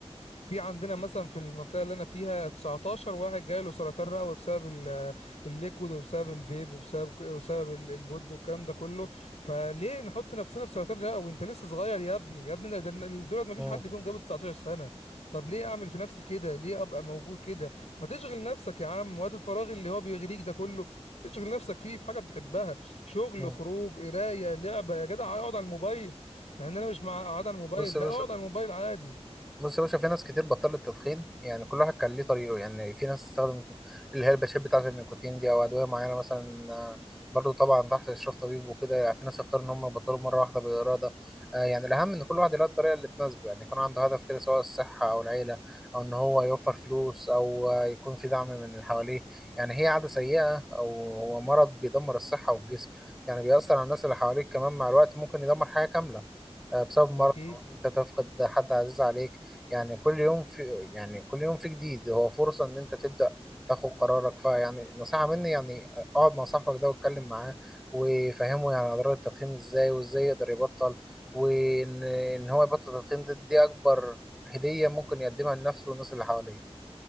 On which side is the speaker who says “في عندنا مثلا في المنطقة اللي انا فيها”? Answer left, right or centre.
Left